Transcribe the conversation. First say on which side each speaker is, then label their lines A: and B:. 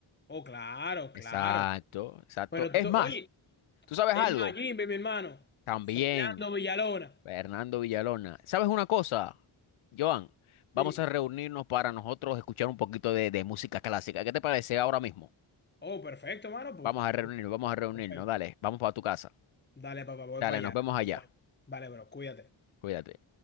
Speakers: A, on the left; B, on the left.
A: Oh, claro, claro.
B: Exacto, exacto.
A: Pero
B: Es
A: tú, to-
B: más,
A: oye,
B: ¿tú sabes
A: el
B: algo?
A: Mayimbe, mi hermano,
B: También,
A: Fernando Villalona.
B: Fernando Villalona. ¿Sabes una cosa, Joan? Vamos
A: Dime.
B: a reunirnos para nosotros escuchar un poquito de, de música clásica. ¿Qué te parece ahora mismo?
A: Oh, perfecto, mano, pues.
B: Vamos a reunirnos, vamos a reunirnos,
A: Perfecto.
B: dale, vamos para tu casa.
A: Dale, papá, voy
B: Dale,
A: para allá.
B: nos vemos allá.
A: Vale, bro, cuídate.
B: Cuídate.